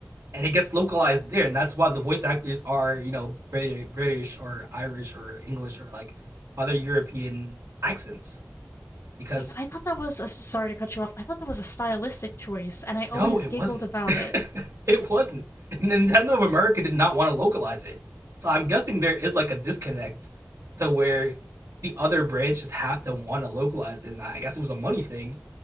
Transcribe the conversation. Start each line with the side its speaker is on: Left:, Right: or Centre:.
Right: and it gets localized there, and that's why the voice actors are, you know, British or Irish or English or like other European accents because
Left: Like, I thought that was a sorry to cut you off. I thought that was a stylistic choice, and I always
Right: No, it
Left: giggled
Right: wasn't.
Left: about
Right: <laughs>
Left: it.
Right: it wasn't. Nintendo of America did not want to localize it. So I'm guessing there is like a disconnect to where the other branches have to want to localize it. And I guess it was a money thing.